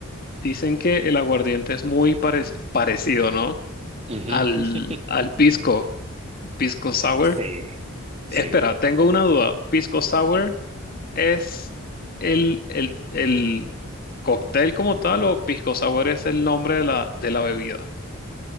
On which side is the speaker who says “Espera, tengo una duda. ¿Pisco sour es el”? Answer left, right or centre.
Left